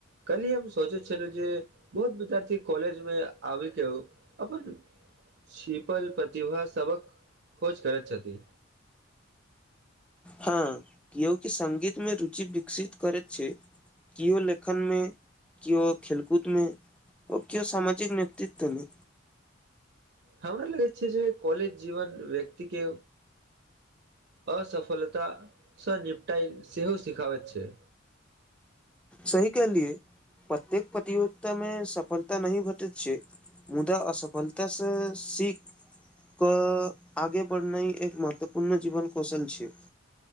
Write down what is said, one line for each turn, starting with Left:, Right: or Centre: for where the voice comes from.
Right: काल्ही हम सोचे छल जे बहुत विद्यार्थी कॉलेज मे आबै के अपन सितल प्रतिभा सबक खोज करैत छथि।
Centre: हँ केओ कि सगीत मे रुचि विकसित करैत छैय। किओ लेखन मे किओ खेलकूद मे ओ किओ सामाजिक नेत्व <unintelligible>
Right: हमरा लगै छैय जे कलज जीवन व्यक्ति के असफलतासँ निपटाइ सेहो सिखाबैत छैय।
Centre: सही कहलियए प्रत्येक प्रतियोगिता मे सफलता नहि भेटैत छैय। मुदा असफलतसँ शीख क आगे बढ़नाइ ह एक महत्वपूर्ण जीवन कौशल छैय।